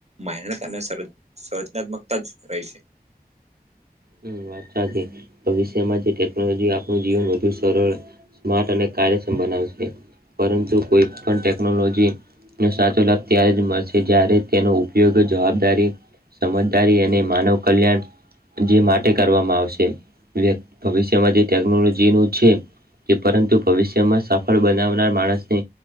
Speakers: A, on the right (about 45°); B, on the right (about 70°).
A: મહેનત અને સર્જ સર્જનાત્મકતા જ રહે છે.
B: હમ વાત સાચી ભવિષ્યમાં જે ટેકનોલોજી આપણું જીવન વધુ સરળ સ્માર્ટ અને કાર્યક્ષમ બનાવશે, પરંતુ કોઈ પણ ટેકનોલોજી નો સાચો લાભ ત્યારે જ મળશે જ્યારે તેનો ઉપયોગ જવાબદારી સમજદારી અને માનવ કલ્યાણ જે માટ ટે કરવામાં આવશે <inaudible> ભવિષ્યમાંથી ટેકનોલોજી નું છે. કે પરંતુ ભવિષ્યમાં સફળ બનાવનાર માણસને